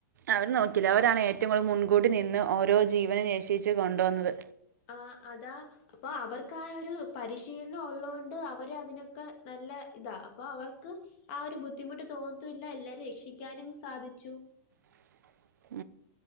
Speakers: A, on the right; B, on the left.
A: അവർ നോക്കില്ല അവരാണ് ഏറ്റവും കൂടുതൽ മുൻകൂട്ടി നിന്ന് ഓരോ ജീവനും നേഷ്ചേച്ചിയ കൊണ്ടുവന്നത്
B: ആഹ് അതാ ഇപ്പൊ അവർക്കാ ആഹ് ഒര് പരിശീലനം ഉള്ളത്കൊണ്ട് അവര് അതിനൊക്കെ നല്ല ഇതാ അപ്പൊ അവർക്ക് ആഹ് ഒര് ബുദ്ധിമുട്ട് തോന്നത്തില്ല എല്ലാരെ രക്ഷിക്കാനും സാധിച്ചു
A: <inaudible>